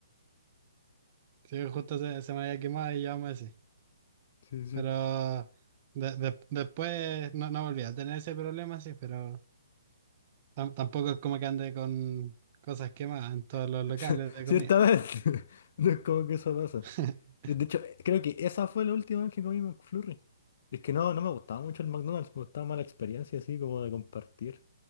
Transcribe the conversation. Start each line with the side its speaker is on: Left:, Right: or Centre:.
Right: Sí, justo se, se me había quemado y yo me así.
Left: Sí, sí.
Right: Pero de- de- después no, no volví a tener ese problema, sí, pero tam- tampoco es como que ande con cosas quemadas en todos
Left: <laughs>
Right: los locales de
Left: Ciertamente.
Right: comida.
Left: <laughs> No es como que eso pasa.
Right: <laughs>
Left: De hecho, creo que esa fue la última vez que comí McFlurry. Es que no, no me gustaba mucho el McDonald's, me gustaba más la experiencia así como de compartir.